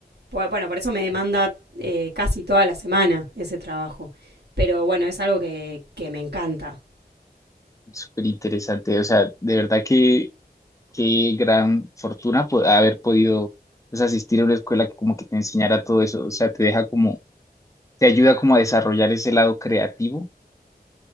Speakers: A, on the right (about 80°); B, on the left (about 20°).
A: Bueno, por eso me demanda eh, casi toda la semana ese trabajo. Pero bueno, es algo que, que me encanta.
B: súper interesante. O sea, de verdad que qué gran fortuna po- haber podido pues, asistir a una escuela que como que te enseñara todo eso. O sea, te deja como, te ayuda como a desarrollar ese lado creativo.